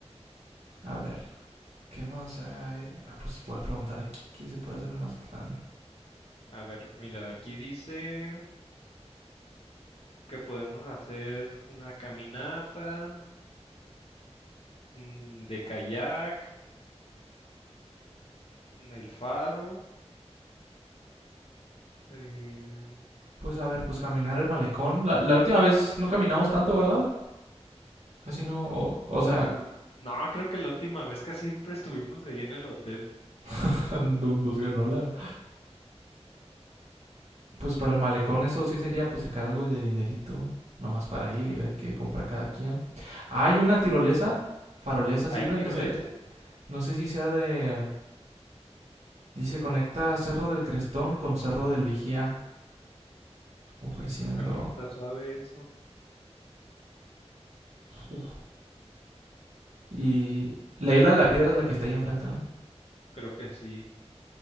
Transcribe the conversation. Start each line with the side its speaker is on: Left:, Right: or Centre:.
Right: A ver, ¿qué más hay? Ah, pues voy a preguntar aquí qué se puede hacer en Mazatlán.
Left: A ver, mira, aquí dice que podemos hacer una caminata mm, de kayak, mm, el faro. em,
Right: Pues a ver, pues caminar el malecón. La, la última vez no caminamos tanto, ¿verdad? Casi no, o, o
Left: Pues
Right: sea,
Left: no, creo que la última vez que siempre estuvimos ahí en el hotel.
Right: <laughs> no- nos ganó la... Pues para
Left: Mm,
Right: el malecón eso sí sería pues sacar algo de dinerito, nomás para ir y ver qué compra cada quien. Ah, hay una tirolesa, farolesa, sí,
Left: ¿Hay
Right: plan,
Left: tirolesa?
Right: es el- eh, no sé si sea de... Dice conecta Cerro del Crestón con Cerro del Vigía, ofreciendo...
Left: Pues también está suave eso.
Right: Uf. Y la isla de la piedra es la que está ahí enfrente, ¿no?
Left: Creo que sí.